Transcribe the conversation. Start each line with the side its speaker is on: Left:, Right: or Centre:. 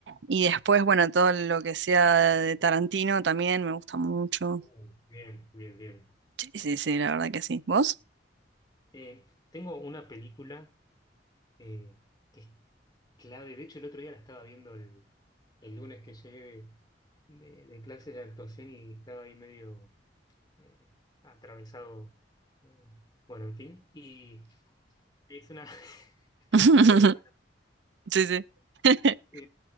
Right: y después, bueno, todo lo que sea de Tarantino también me gusta mucho.
Left: Uh, bien, bien, bien.
Right: Sí, sí, sí, la verdad que sí. ¿Vos?
Left: Eh, tengo una película eh, que es clave. De hecho, el otro día la estaba viendo el, el lunes que llegué de, de- de clases de actuación y estaba ahí medio eh, atravesado. eh, bueno, en fin. Y es una. <laughs>
Right: <laughs>
Left: No terminó.
Right: Sí, sí. <laughs>
Left: Eh,